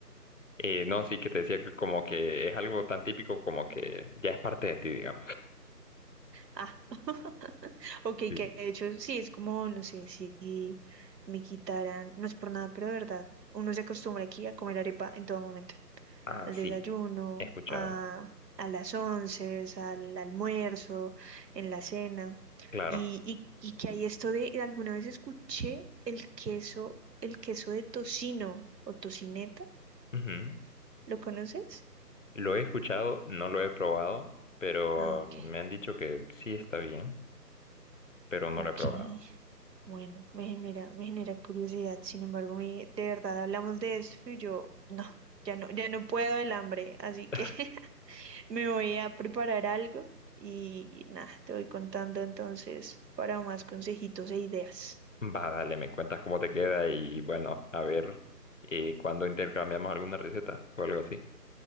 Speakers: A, on the left; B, on the right.
A: Eh, no, sí, que te decía que como que es algo tan típico como que ya es parte de ti, digamos.
B: Ah, <laughs> ok,
A: <laughs>
B: que de hecho sí, es como, no sé, si me quitaran, no es por nada, pero de verdad, uno se acostumbra aquí a comer arepa en todo momento.
A: Ah,
B: al
A: sí,
B: desayuno,
A: he escuchado.
B: a, a las once, al almuerzo, en la cena.
A: Claro.
B: Y, y, y que hay esto de, alguna vez escuché el queso, el queso de tocino o tocineta,
A: Ujú.
B: ¿lo conoces?
A: Lo he escuchado, no lo he probado, pero
B: Ah, ok.
A: me han dicho que sí está bien, pero no
B: Ok,
A: lo he probado.
B: bueno, me genera, me genera curiosidad. Sin embargo, mi- de verdad hablamos de esto y yo no, ya no, ya no puedo el hambre, así que
A: <laughs>
B: <laughs> Me voy a preparar algo y nada, te voy contando entonces para más consejitos e ideas.
A: Va, dale, me cuentas cómo te queda y bueno, a ver eh, cuándo intercambiamos alguna receta o algo así.